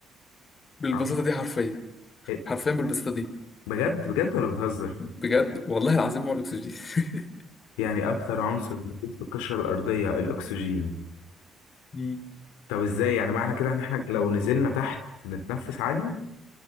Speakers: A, on the left (about 40°); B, on the left (about 80°).
A: بالبساطة
B: عم-
A: دي حرفيا
B: إيه؟
A: حرفيا بالبساطة دي
B: بجد بجد ولا بتهزر
A: بجد والله العظيم هو الأكسجين <laughs>
B: يعني اكتر عنصر موجود في القشره الارضيه الاكسجين
A: مم.
B: طب ازاي يعني معنى كده ان احنا لو نزلنا تحت نتنفس عادي